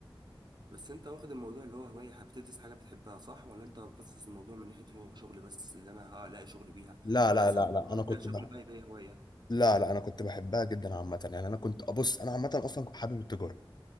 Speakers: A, on the right (about 50°); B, on the left (about 50°).
A: بس انت واخد الموضوع اللي هو هوايه بتدرس حاجه بتحبها صح ولا انت بس الموضوع من ناحيه اللي هو شغل بس اللي انا هلاقي شغل بيها
B: لا
A: ولا
B: لا
A: اصلا
B: لا لا
A: لما
B: انا كنت
A: تلاقي شغل
B: بح...
A: بقى يبقى هي هوايه
B: لا لا انا كنت بحبها جدا عامه يعني انا كنت ابص انا عامه اصلا كنت حابب التجاره